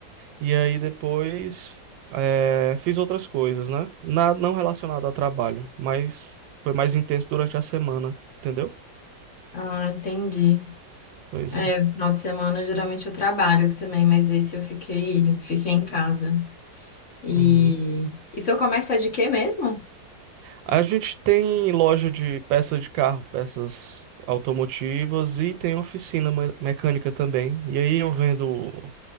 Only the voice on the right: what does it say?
e aí depois é, fiz outras coisas, né? Nada não relacionado a trabalho, mas foi mais intenso durante a semana, entendeu?
Pois
é.
Uhum.
A gente tem loja de peças de carro, peças automotivas e tem oficina me- mecânica também. E aí eu vendo